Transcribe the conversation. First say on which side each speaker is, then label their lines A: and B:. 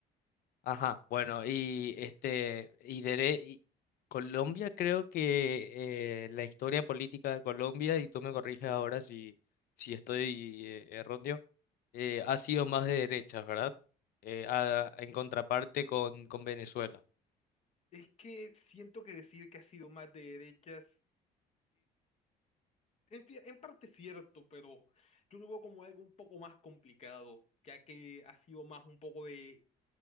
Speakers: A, on the left (about 60°); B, on the left (about 40°).
A: Ajá, bueno, y este, y, dere- y Colombia creo que eh, la historia política de Colombia, y tú me corriges ahora si, si estoy eh, erróneo, eh, ha sido más de derechas, ¿verdad? Eh, a- en contraparte con, con Venezuela.
B: Es que siento que decir que ha sido más de derechas En, cier- en parte cierto, pero yo lo veo como algo un poco más complicado, ya que ha sido más un poco de